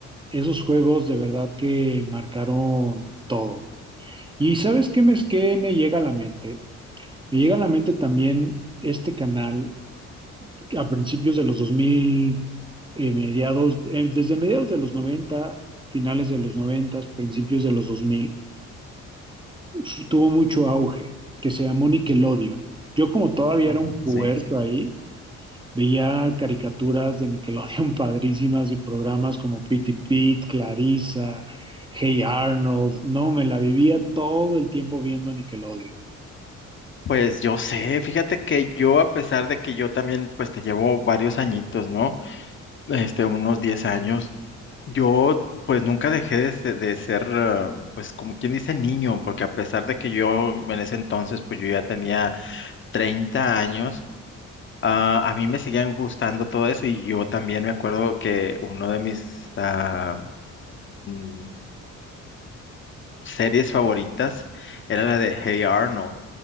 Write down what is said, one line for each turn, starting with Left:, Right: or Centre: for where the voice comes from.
Right: Esos juegos de verdad que marcaron todo. ¿Y sabes qué me, qué me llega a la mente? Me llega a la mente también este canal a principios de los 2000, eh, mediados, eh, desde mediados de los 90 finales de los 90 principios de los 2000, f- tuvo mucho auge, que se llamó Nickelodeon. Yo como todavía
Left: ujú,
Right: era un puberto
Left: sí.
Right: ahí, veía caricaturas de Nickelodeon <laughs> padrísimas y programas como Pitty Pit, Clarissa, Hey Arnold. No, me la vivía todo el tiempo viendo Nickelodeon.
Left: Pues yo sé, fíjate que yo, a pesar de que yo también, pues te llevo varios añitos, ¿no? Este, unos 10 años. Yo pues nunca dejé de, se- de ser, eh, pues como quien dice niño, porque a pesar de que yo en ese entonces pues yo ya tenía 30 años, ah, a mí me seguían gustando todo eso y yo también me acuerdo que uno de mis ah, mm, series favoritas era la de Hey Arnold.